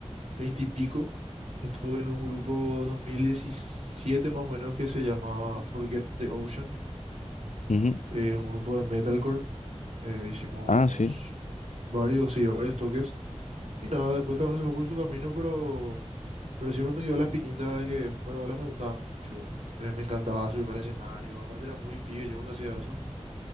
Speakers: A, on the right (about 70°); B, on the left (about 85°).
A: 20 y pico. Estuve en un grupo 2017 más o menos que se llamaba Forget the Ocean,
B: Ujú.
A: eh, un grupo de metalcore. Eh, hicimos
B: Ah, sí.
A: varios, sí, varios toques. Y nada, después cada uno se fue por su camino, pero, pero siempre me quedó la espinita de que fuera bola me gustaba mucho. Me, me encantaba subirme al escenario. Aparte era muy pibe yo cuando hacía eso.